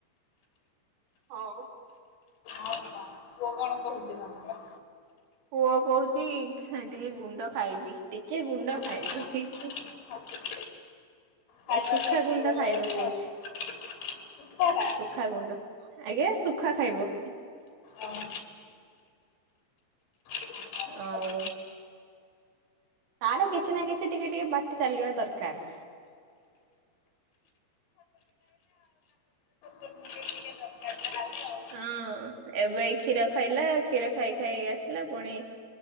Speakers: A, on the right (about 75°); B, on the left (about 75°).
A: ହଉ ବୋହୁତ୍
B: ପୁଅ କଣ ପୁଅ କଣ କୋହୁଚି ତମର?
A: ପୁଅ କୋହୁଚି ଟିକେ ଗୁଣ୍ଡ ଖାଇବି। ଟିକେ ଗୁଣ୍ଡ ଖାଇବି
B: ତମର?
A: ହି ହି
B: ଖାଇବା
A: ଏଇ ଶୁଖା
B: ଟାଇମ୍
A: ଗୁଣ୍ଡ
B: ହେଇଗଲା
A: ଖାଇବ
B: ବୋଧେ
A: କୋହୁଛି।
B: ଆଉ। ସୁୁଖୁଆଟା
A: ଶୁଖା ଗୁଣ୍ଡ ଆଜ୍ଞା ଶୁଖୁଆ ଖାଇବ।
B: ଓହୋ। ଛୋଟ
A: ଆଉ ତାର କିଛି ନା କିଛି ଟିକେଟିକେ ପାଟି ଚାଲିବା ଦରକାର।
B: ମତେ ଟିକେ ଦରକାର ଯାହାହେଲେ ଆଉ।
A: ହଁ ଏବେ ଏଇ କ୍ଷୀର ଖାଇଲା କ୍ଷୀର ଖାଇ ଖାଇକି ଆସିଲା ପୁଣି